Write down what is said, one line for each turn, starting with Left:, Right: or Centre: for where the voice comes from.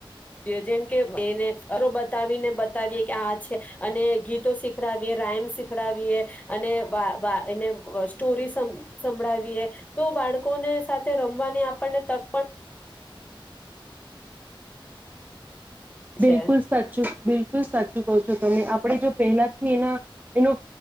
Left: જેમ કે એને અરો બતાવીને બતાવીએ કે આ છે અને ગીતો શીખડાવીએ રાઈમ શીખડાવીએ અને બા બા એને સ્ટોરી સંભળાવીએ તો બાળકોને સાથે રમવાની આપણને તક પણ પણ
Right: બિલકુલ
Left: છે
Right: સાચું બિલકુલ સાચું કહો છો આપણે જો પહેલા એના એનો